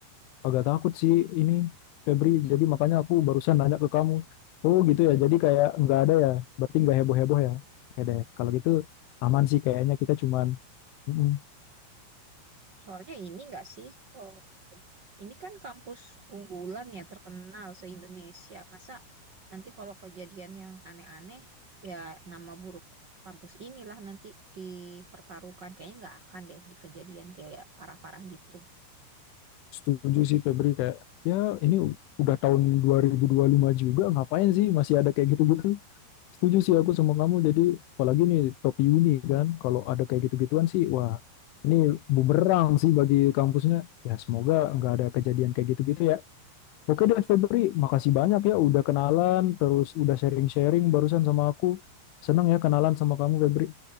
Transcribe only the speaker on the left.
agak takut sih ini Febri. Jadi makanya aku barusan nanya ke kamu. Oh gitu ya. Jadi kayak nggak ada ya. Berarti nggak heboh-heboh ya. Oke deh. Kalau gitu aman sih kayaknya kita cuman mm,
setuju sih Febri kayak ya ini u- udah tahun 2025 juga ngapain sih masih ada kayak gitu-gitu. Setuju sih aku sama kamu. Jadi apalagi nih topi uni kan. Kalau ada kayak gitu-gituan sih wah ini bumerang sih bagi kampusnya. Ya semoga nggak ada kejadian kayak gitu-gitu ya. Oke deh Febri, makasih banyak ya udah kenalan, terus udah sharing-sharing barusan sama aku. Senang ya kenalan sama kamu Febri.